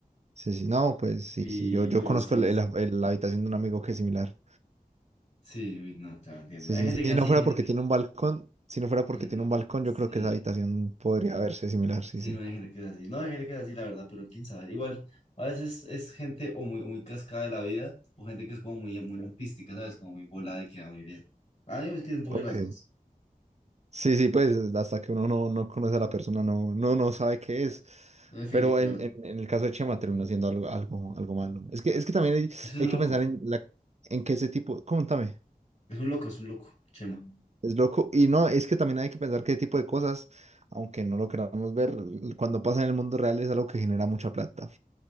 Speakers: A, on the right; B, on the left.
A: Sí, sí, no, pues sí,
B: Y,
A: sí, yo, yo
B: pero
A: conozco
B: sí,
A: el- el- el- la habitación de un amigo que es similar.
B: sí, uy, no, claro, entiendo.
A: Sí,
B: Hay
A: sí,
B: gente
A: sí,
B: que
A: si
B: es así,
A: no fuera
B: hay gente
A: porque
B: que,
A: tiene un balcón, si no fuera porque
B: hay gente,
A: tiene un balcón,
B: sí,
A: yo creo que esa habitación podría verse similar, sí,
B: sí,
A: sí.
B: no hay gente que es así, no hay gente que es así, la verdad, pero quién sabe. Igual, a veces es gente o muy, muy cascada de la vida, o gente que es como muy, muy artística, ¿sabes? Como muy volada y queda muy bien. A mí me es que es un poco
A: Ok.
B: de las dos.
A: Sí, sí, pues hasta que uno no, no conoce a la persona, no, no, no sabe qué es.
B: No define,
A: Pero
B: claro.
A: en, en- en el caso de Chema termina siendo algo, algo, algo malo. Es que, es que también hay,
B: Es que es
A: hay
B: un
A: que
B: loco,
A: pensar en, la, en que ese tipo, contame.
B: es un loco, es un loco, Chema.
A: Es loco. Y no, es que también hay que pensar qué tipo de cosas, aunque no lo queramos ver, cuando pasa en el mundo real es algo que genera mucha plata.